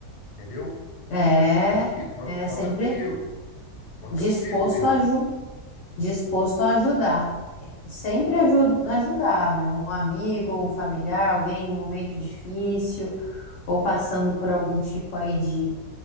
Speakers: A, on the left (about 80°); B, on the left (about 65°).
A: entendeu?
B: É,
A: Tô aqui, conta,
B: é
A: conta
B: sempre
A: comigo, conta
B: disposto
A: comigo, meu irmão.
B: a, aju disposto a ajudar. Sempre aju- ajudar, meu, um amigo, um familiar, alguém em um momento difícil. ou passando por algum tipo aí de